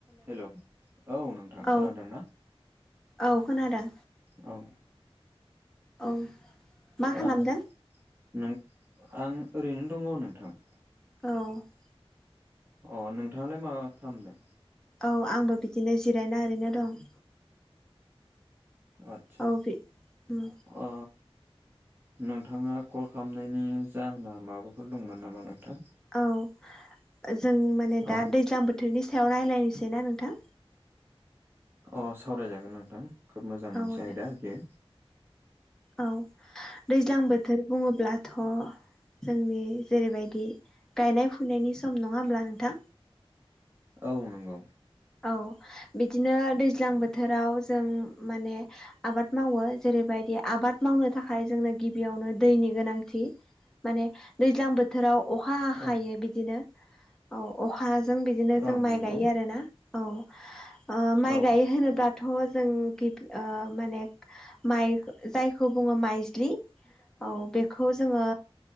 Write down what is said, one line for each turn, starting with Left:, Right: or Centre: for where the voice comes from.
Right: Hello औ नोंथां
Centre: औ
Right: खोनादोंना?
Centre: औ खोनादों।
Right: औ
Centre: औ मा
Right: औ
Centre: खालामदों
Right: नों आं ओरैनो दङ' नोंथां
Centre: औ
Right: अ नोंथाङालाय मा खामदों?
Centre: औ आंबो बिदिनो जिरायना ओरैनो दं।
Right: आतसा
Centre: औ बि उम
Right: अ नोंथाङा कल खालामनायनि जाहोना माबाफोर दंमोन नामा नोंथां?
Centre: औ जों माने
Right: औ
Centre: दा दैज्लां बोथोरनि सायाव रायलायनोसैना नोंथां
Right: अ सावरायजागोन नोंथां खोब मोजां मोनसे
Centre: औ
Right: आयदा
Centre: दे
Right: आरोखि
Centre: औ दैज्लां बोथोर बुङोब्ला थ' जोंनि जेरैबायदि गायनाय फुनायनि सम नङा होमब्ला नोंथां
Right: औ नंगौ
Centre: औ बिदिनो दैज्लां बोथोराव जों माने आबाद मावो जेरैबायदि आबाद मावनो थाखाय जोंनो गिबियावनो दैनि गोनांथि माने दैज्लां बोथोराव अखा हा
Right: औ
Centre: हायो बिदिनो औ अखाजों बिदिनो
Right: ओं
Centre: जों माइ
Right: नंगौ
Centre: गायो आरो ना औ ओ माइ
Right: औ
Centre: गाय होनोब्ला दाथ' जों गिबि माने माइ जायखौ बुङो माइज्लि औ बेखौ जोङो